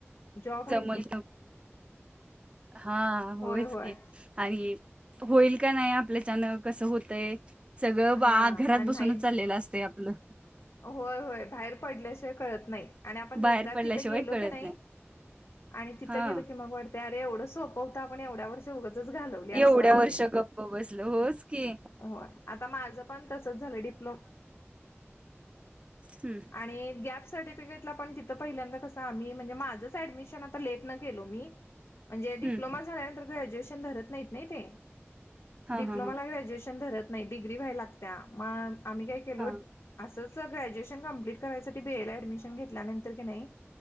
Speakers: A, on the left (about 75°); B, on the right (about 25°).
A: जॉब आहे.
B: जमल हा होयच
A: होय होय
B: की. आणि होईल का नाही आपल्याच्यानं कसं होतय. सगळं बा
A: हा
B: घरात
A: आणि
B: बसूनच
A: नाही
B: चाललेलं असत आपलं.
A: होय होय. बाहेर पडल्या कळत नाही. आणि आपण
B: बाहेर
A: एकदा
B: पडल्याशिवाय
A: तिथ गेलो
B: कळत
A: की नाही. आणि तिथ
B: हा
A: गेलो की मग अरे एवढं सोप होत आपण एवढ्या वर्ष उगच घालवली
B: एवढ्या
A: असं वाटतंय
B: वर्ष
A: मग.
B: गप्प बसलो होच की
A: होय. आता माझं पण तसच झालं डिप्लोम
B: हं.
A: आणि गॅप सर्टिफिकेटला पण तिथं पहिल्यांदा कसं आम्ही म्हणजे माझंच ऍडमिशन लेटन केलो मी. म्हणजे डिप्लोमा
B: हम्म
A: झाल्यानंतर ग्रज्युएशन धरत नाहीत नाही ते.
B: हा
A: डिप्लोमाला
B: हा हा
A: ग्रॅज्युएशन धरत नाही डिग्री व्हायला लागत्या. मग आम्ही काय केलो
B: हा
A: असंच सर ग्रॅज्युएशन कंप्लीट करायसाठी बीए ला ऍडमिशन घेतल्यानंतर क नाही.